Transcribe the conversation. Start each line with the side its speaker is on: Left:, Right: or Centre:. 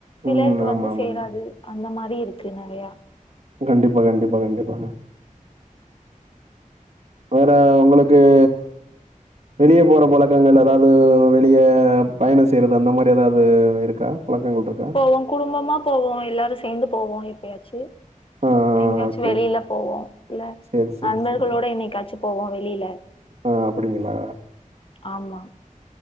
Left: சிலருக்கு
Right: ம் ஆமா
Left: வந்து
Right: ஆமாங்க
Left: சேராது அந்த மாரி இருக்கு நெறையா
Right: கண்டிப்பா கண்டிப்பா கண்டிப்பாங்க வேற உங்களுக் ஏ வெளிய போற பழக்கங்கள் அதாது வெளிய பயணோ செய்றது அந்த மாரி எதாது இருக்கா பழக்கங்கள் இருக்கா
Left: போவோ குடும்பமா போவோ எல்லாரு சேந்து போவோ எப்பயாச்சு
Right: ஆ
Left: எங்காச்சு
Right: ஓகே,
Left: வெளில
Right: ஓகே.
Left: போவோ இல்ல
Right: சரி, சரி,
Left: நண்பர்களோட
Right: சரி.
Left: என்னைக்காச்சு போவோ வெளில
Right: ஆ அப்டிங்களா
Left: ஆமா